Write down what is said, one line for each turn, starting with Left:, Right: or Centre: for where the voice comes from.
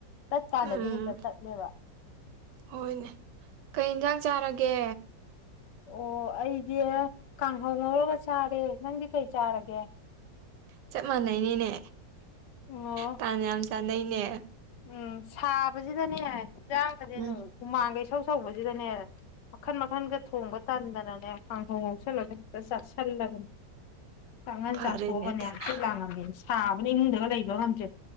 Left: ꯇꯠ ꯀꯥꯗꯗꯤ
Right: ꯎꯝ
Left: ꯍꯦꯛꯇ ꯇꯠꯅꯦꯕ
Right: ꯍꯣꯏꯅꯦ ꯀꯩ ꯌꯦꯟꯖꯥꯡ ꯆꯥꯔꯒꯦ
Left: ꯑꯣ ꯑꯩꯗꯤ ꯀꯥꯡꯍꯧ ꯉꯧꯔꯒ ꯆꯥꯔꯦ ꯅꯪꯗꯤ ꯀꯩ ꯆꯥꯔꯒꯦ
Right: ꯆꯞ ꯃꯥꯟꯅꯩꯅꯦꯅꯦ
Left: ꯑꯣ
Right: ꯇꯥꯟꯅ ꯌꯥꯝ ꯆꯥꯅꯩꯅꯦ
Left: ꯎꯝ ꯁꯥꯕꯁꯤꯗꯅꯦ ꯆꯥꯕꯗꯤꯅꯨ
Right: ꯎꯝ
Left: ꯍꯨꯃꯥꯡꯈꯩ ꯑꯆꯧ ꯁꯧꯕꯁꯤꯗꯅꯦ ꯃꯈꯟ ꯃꯈꯟꯒ ꯊꯣꯡꯕ ꯇꯟꯗꯅꯅꯦ ꯀꯥꯡꯍꯧ ꯍꯧꯁꯜꯂꯒ ꯍꯦꯛꯇ ꯆꯥꯁꯤꯜꯂꯤ ꯆꯉꯅ
Right: ꯐꯔꯦꯅꯦ
Left: ꯆꯊꯣꯑꯣꯕꯅꯦ
Right: ꯑꯗꯨꯅ
Left: ꯑꯁꯨ ꯂꯉ ꯃꯤꯁꯤ ꯁꯥꯕꯅꯦ ꯏꯃꯨꯡꯗꯒ ꯂꯩꯕ ꯉꯝꯗꯦ